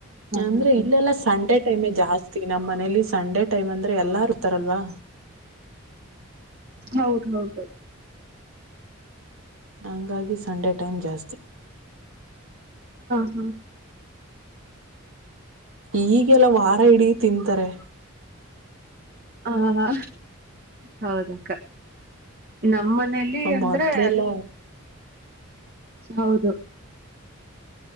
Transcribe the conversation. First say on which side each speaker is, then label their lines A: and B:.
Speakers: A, on the right; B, on the right.
A: ಅಂದ್ರೆ
B: ಹಾ ಹಾ
A: ಇಲ್ಲೆಲ್ಲ ಸಂಡೆ ಟೈಮ ಜಾಸ್ತಿ ನಮ್ಮ್ ಮನೇಲಿ ಸಂಡೇ ಟೈಮ್ ಅಂದ್ರೆ ಎಲ್ಲಾರ್ ಇರ್ತಾರಲ್ವಾ
B: ಹೌದು ಹೌದುೌದು
A: ಹಂಗಾಗಿ ಸಂಡೆ ಟೈಮ್ ಜಾಸ್ತಿ
B: ಹಾ
A: ಈಗೆಲ್ಲ ವಾರ ಹಿಡೀ ತಿಂತಾರೆ
B: ಹ ಹೌದಾ ನಮ್ಮ ಮನೇಲಿ ಅಂದ್ರೆ
A: ಮೊದ್ಲೆಲ್ಲ
B: ಹೌದು